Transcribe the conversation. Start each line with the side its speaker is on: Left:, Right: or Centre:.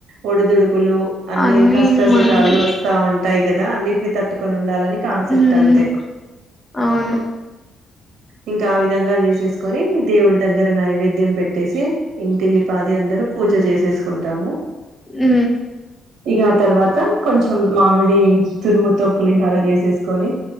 Right: ఒడిదుడుకులు అన్ని
Left: అన్నీ
Right: కష్ట సుఖాలు
Left: మనకి
Right: వస్తా ఉంటాయి కదా అన్నిటిని తట్టుకొని ఉండాలని కాన్సెప్ట్
Left: హ్మ్.
Right: అంతే
Left: అవును.
Right: ఇంకా ఆ విధంగా చేసేసుకొని దేవుడి దగ్గర నైవేద్యం పెట్టేసి ఇంటిల్లిపాది అందరూ పూజ చేసేసుకుంటాము
Left: అ
Right: ఇక తర్వాత కొంచెం మామిడి తురుముతో పులిహర చేసేసుకొని